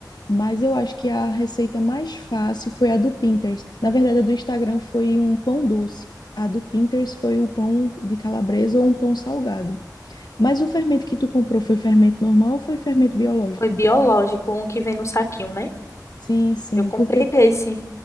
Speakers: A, on the left; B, on the left.
A: mas eu acho que a receita mais fácil foi a do Pinterest. Na verdade, a do Instagram foi um pão doce. A do Pinterest foi o pão de calabresa ou um pão salgado. Mas o fermento que tu comprou foi fermento normal ou foi fermento biológico?
B: Foi biológico, um que vem no saquinho, né?
A: Sim, sim,
B: Eu comprei
A: porque
B: desse.